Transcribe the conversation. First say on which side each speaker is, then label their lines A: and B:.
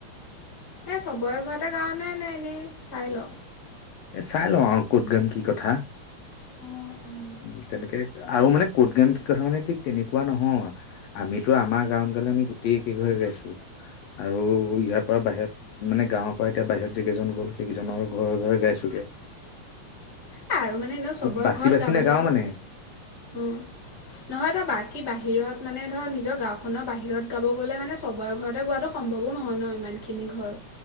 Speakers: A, on the left; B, on the left.
A: এই চবৰে ঘৰতে গাৱ নে নে এনেই চাই ল
B: এ চাই ল আৰু ক'ত গাম কি কথা
A: অঁ অঁ
B: উ তেনেকে আৰু মানে ক'ত গাম কি কথা মানে ঠিক তেনেকুৱা নহয় আমিতো আমাৰ গাঁওত গ'লে আমি গোটেই কি ঘৰে গাইছো আৰু ইয়াৰ পৰা বাহিৰত মানে গাঁওৰ পৰা এতিয়া বাহিৰত যিকেইজন গ'ল সেইকেইজনৰ ঘৰে ঘৰে গাইছো তোকে
A: এ আৰু মানে এনে চবৰে
B: বাচি
A: ঘৰত
B: বাচি
A: গাবলে
B: নাগাও
A: ক,
B: মানে
A: নহয় ত বাকী বাহিৰত মানে ধৰ নিজৰ গাঁওখনৰ বাহিৰত গাব গ'লে মানে সবৰে ঘৰতে গোৱাতো সম্ভৱো নহয় ন ইমান খিনি ঘৰ